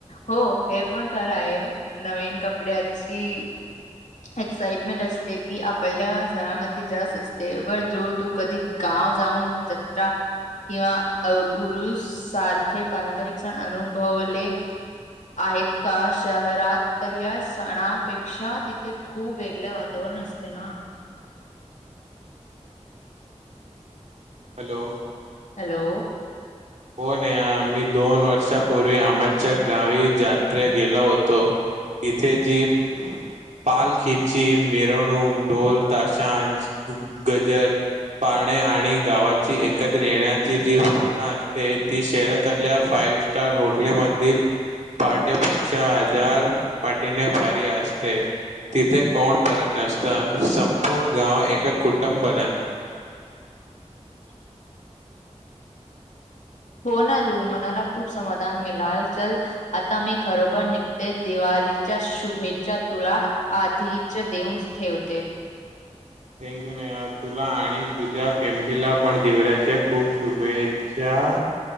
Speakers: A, on the left (about 85°); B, on the right (about 75°).
A: हो हे पण खरं आहे. नवीन कपड्याची एक्साइटमेंट असते ती आपल्याल्या सणामध्ये जास्त असते वर <unintelligible> कधी गाव जाऊन जत्रा किंवा उरूस सारखे पारंपरिक सन अनुभवले. आहेत का? शहरातल्या सणापेक्षा तिथे खूप वेगळ वातावरण असतें ना?
B: हॅलो.
A: हॅलो.
B: हो नेहा मी दोन वर्षापूर्वी आमच्या गावी जत्रा गेलो होतो. इथे जी पालखिची मिरवणूक ढोल, ताशांच गजर पाळणे आणि गावाची एकत्र येण्याची जी भावना अस ते ती शहरातल्या फाईव स्टार होटलेमधील पार्ट्यापेक्षा हजार पटीने भारी असते. तिथे कोण परक नसता संपूर्ण गाव एक कुटुंब बनत.
A: <unintelligible> हो ना रु मनाला खूप समाधान मिळाल चल. आता मी खरोखर निघते दिवाळीच्या शुभेच्छा तुला आधीच देऊन ठेवते.
B: थँक्यू नया तुला आणि तुझ्या फॅमिलीला पण दिवऱ्याचे खूप शुभेच्छा.